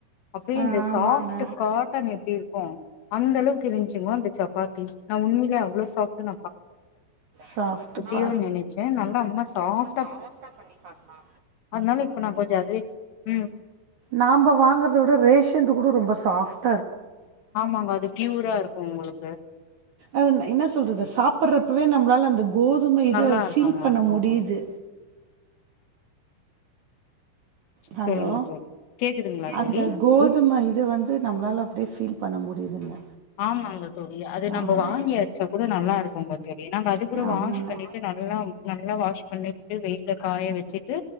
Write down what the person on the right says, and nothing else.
ஆ,
ஆமாங்க
சாஃப்ட் பா
சாப்டா பண்ணி பாக்கலா
நாம்ப வாங்குறத விட ரேஷன்து கூட ரொம்ப சாஃப்ட்
அது என்ன சொல்றது சாப்றப்பவே நம்ளால அந்த கோதும இத
ஃபீல் பண்ண முடியுது ஹலோ
அந்த
கோதும இத வந்து நம்ளால அப்டியே ஃபீல் பண்ண முடியுதுங்க
ஆமா
ஆமாங்க